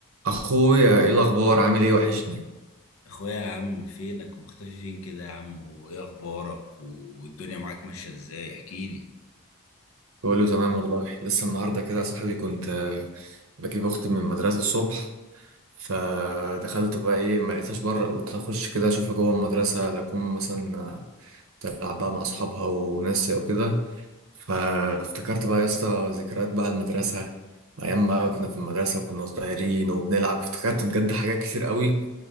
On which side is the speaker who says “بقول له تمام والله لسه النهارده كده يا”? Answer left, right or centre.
Right